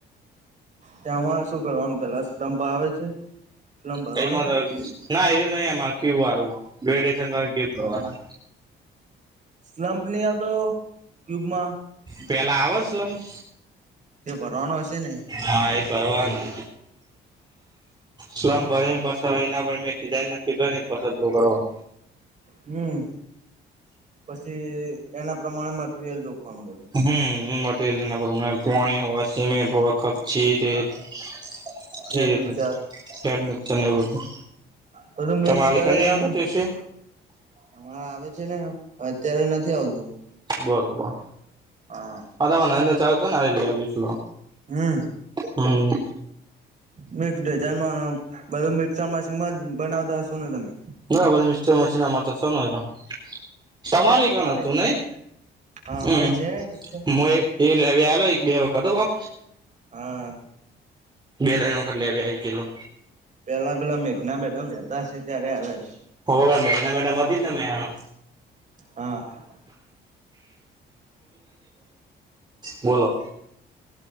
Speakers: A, on the right; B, on the right.
A: ત્યાંમાં શું કરવાનું પેલા સ્લંપ આવે છે. સ્લમ્પ ભરવાનો
B: તેમાં
A: છે
B: ર ના એવું નહી અમારે ક્યુ વારું <inaudible> કરવાના.
A: હા સ્લમ્પ નહીં આવતો ક્યુબમાં
B: પેલા આવે સ્લમ્પ
A: તે ભરવાનો હશે ને.
B: હા, એ કરવાનું સ્લમ પર એમ પસ એના મે જાયને નક્કી કર એમ પસું કરવાનું
A: હમ્મ. પછી એના પ્રમાણે મટરિયલ જોખવાનું બધું.
B: હમ્મ, હમ્મ. મરિયલ એના પ્રમાણે પાણી હોય સિમેન્ટ હોય કપચી, રેત
A: હા બેડ
B: એ રીતે
A: મિક્ચર
B: મિક્ચર ને બધું
A: બધું મિક્સ
B: તમાલી
A: કરીને
B: કન્યા આવતો કેશે.
A: અમારે આવે છે ને અત્યારે નથી આવતું.
B: બરોબર.
A: હા.
B: માધા ન ચાલ કોઈને આવેલી બેટલો
A: હમ
B: હમ્મ
A: મિક્સ વેચાણ માં બધું મિક્સ આ મશીન માં બનાવતા હશો ને તમે?
B: બરાબર આ મિક્સચર મશીન અમાર તો છે ના એકા તમારી
A: અમારે
B: કણે હતું
A: છે
B: નહી.
A: હા
B: હમ્મ,
A: અમારે છે ને મિક્સર
B: મોહે એ લેવી આલો એક બે વખત હા બ
A: હા.
B: બે તઈન વખત લેવી આઈ ગેલો
A: પેલા પેલા મેઘના મેડમ રહેતા છે ત્યારે આવેશ.
B: હોવે મેઘના મેડમ હતી જ ના મે આ
A: હા.
B: બોલો.